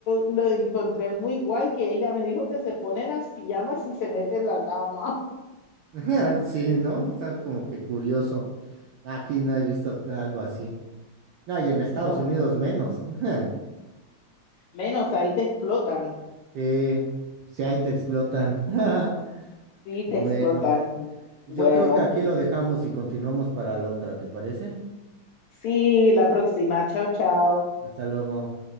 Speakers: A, on the left; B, on the right.
A: lo encontré muy igual que ella me dijo que se pone las pijamas y se mete en la cama.
B: <laughs> Sí, ¿no? Está como que curioso. Aquí no he visto ca- algo así. No, y en Estados
A: <laughs> No,
B: Unidos menos. <laughs>
A: menos ahí te explotan.
B: Sí, sí, ahí te explotan. <laughs>
A: Sí,
B: Bueno,
A: te explotan.
B: pues
A: Bueno,
B: yo creo que aquí lo dejamos y continuamos para la otra, ¿te parece?
A: sí, la próxima. Chao, chao.
B: Hasta luego.